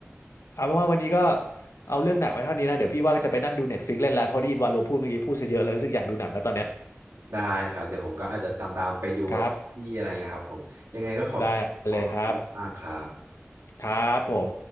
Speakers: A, on the left; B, on the right.
A: เอาเป็นว่าวันนี้ก็เอาเรื่องหนักไว้เท่านี้นะเดี๋ยวพี่ว่าจะไปนั่งดูเน็ตฟลิกเล่นแล้วเพราะได้ยินวาโลพูดเมื่อกี้พูดซะเยอะเลยรู้สึกอยากดูหนังแล้วตอนเนี้ย
B: ได้ครับเดี๋ยวผมก็อาจจะตามๆไปดูแบบที่อะไรเงี้ยครับผมยังไงก็ขอบขอขอบคุณมากครับ
A: ครับได้เลยครับครับผม